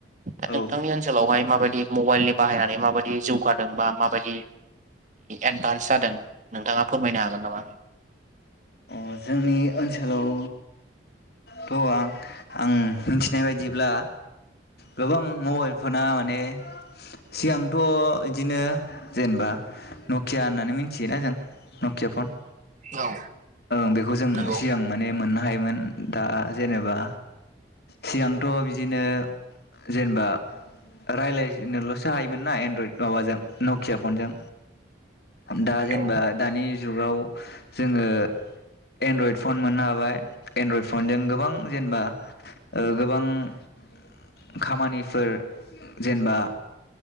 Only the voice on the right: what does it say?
दा
नोंथांनि ओनसोलावहाय माबादि मबाइल बाहायनानै माबायदि जौगादों बा माबायदि एदभानस जादों नोंथाङा फोरमायनो हागोन नामा?
औ
नंगौ
औ